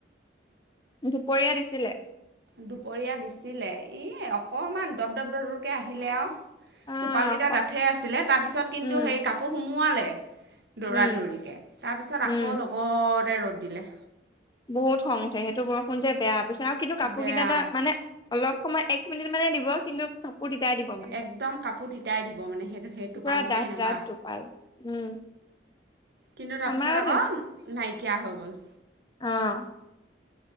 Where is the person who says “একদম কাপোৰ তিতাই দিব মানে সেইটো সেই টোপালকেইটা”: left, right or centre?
Right